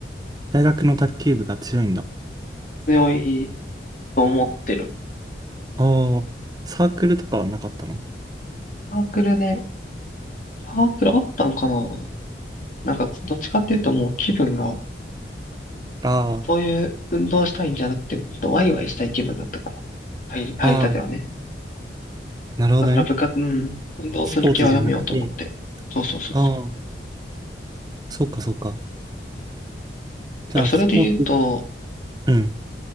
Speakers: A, on the right; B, on the left.
A: 大学の卓球部が強いんだ。
B: 強いと思ってる。
A: ああ、サークルとかはなかったの
B: サークルね、サークルあったんかななんか、どっちかっていうともう気分が、
A: あ
B: そういう運動したいんじゃなくて、もっとワイワイしたい気分だったから、入り、入りたてはね。
A: あ、ああ、なるほどね。
B: だから部活、うん、運動する気はやめようと思って。
A: スポーツじゃなくて、
B: そうそうそうそう。
A: ああ、そっかそっか。じゃあ、
B: だからそれで言うと、
A: スポーツ、うん、